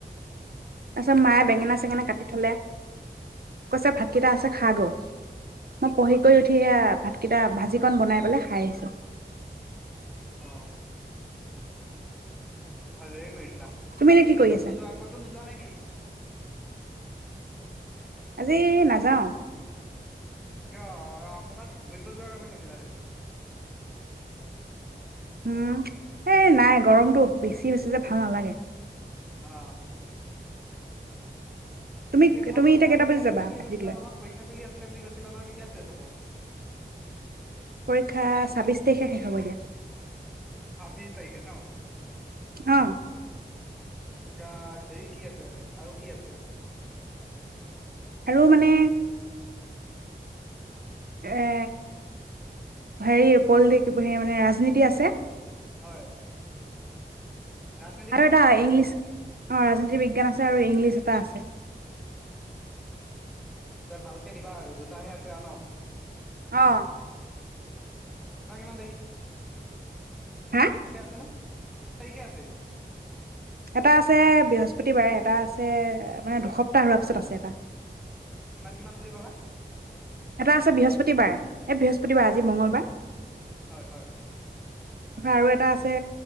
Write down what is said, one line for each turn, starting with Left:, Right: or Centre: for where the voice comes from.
Right: তাৰপিছত
Centre: হয়
Right: মায়ে বেঙেনা চেঙেনা কাটি থ'লে কৈছে ভাতকেইটা আছে খা গৈ মই পঢ়ি কৰি উঠি সেয়া ভাতকেইটা ভাজি কন বনাই পেলাই খাই আছোঁ
Centre: অহ ভালে কৰিছ
Right: তুমি এতিয়া
Centre: আজি
Right: কি
Centre: এনে
Right: কৰি
Centre: ক'তো
Right: আছা
Centre: যোৱা ক'তো নোযোৱা নেকি
Right: আজি নাযাওঁ
Centre: কিয় ক'ৰবাত ঘুৰিব যোৱাৰ কথা কৈছিলা দেখোন
Right: উম এই নাই গৰমটো বেছি হৈছে যে ভাল নালাগে
Centre: অ
Right: তুমি
Centre: তাকে তোমাৰ
Right: তুমি
Centre: পৰীক্ষা
Right: এতিয়া কেইটা
Centre: চলি
Right: বাজি
Centre: আছিলে
Right: যাবা
Centre: বুলি
Right: মেট্ৰিক
Centre: কৈছিলা
Right: লৈ
Centre: নহয় পৰীক্ষা চলি আছিল বুলি কৈছিলা নহয় তেতিয়া শেষ হ'ব।
Right: পৰীক্ষা ছাবিশ তাৰিখে শেষ হ'ব দিয়া।
Centre: ছাবিশ তাৰিখে ন অ।
Right: অ
Centre: এতিয়া হেৰি কি আছে আৰু কি আছে।
Right: আৰু মানে এ হেৰি পলিট মানে ৰাজনীতি আছে।
Centre: হয়। ৰাজনীতি
Right: আৰু
Centre: বিজ্ঞান
Right: এটা ইংলিছ অ ৰাজনীতি বিজ্ঞান আছে আৰু ইংলিছ এটা আছে।
Centre: এ ভালকে দিবা আৰু দুটাহে আছে আৰু ন।
Right: অ
Centre: <inaudible> ঠিকেই
Right: হা
Centre: আছে ন। তাৰিখে আছে।
Right: এটা আছে বৃহস্পতিবাৰে এটা আছে- দুসপ্তাহ হোৱাৰ পিছত আছে এটা।
Centre: কিমান কিমান বুলি ক'লা।
Right: এটা আছে বৃহস্পতিবাৰে এই বৃহস্পতিবাৰ
Centre: হয়
Right: আজি মঙ্গলবাৰ।
Centre: হয় হয়
Right: আৰু এটা আছে